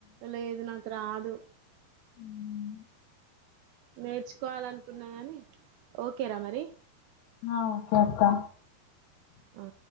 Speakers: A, on the right; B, on the left.
A: లేదు నాకు రాదు
B: ఉ
A: నేర్చుకోవాలనుకున్నా కానీ, ఓకేరా మరి
B: ఆ, ఓకే అక్కా
A: అ